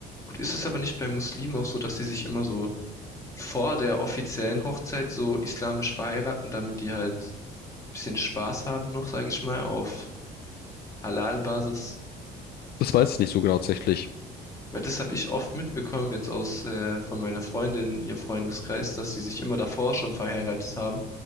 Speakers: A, on the left; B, on the left.
A: Gut, ist es aber nicht bei Muslimen auch so, dass die sich immer so vor der offiziellen Hochzeit so islamisch verheiraten, damit die halt bisschen Spaß haben noch, sage ich mal, auf Halal-Basis.
B: Das weiß ich nicht so genau tatsächlich.
A: Weil das habe ich oft mitbekommen, jetzt aus äh, von meiner Freundin, ihr Freundeskreis, dass sie sich immer davor schon verheiratet haben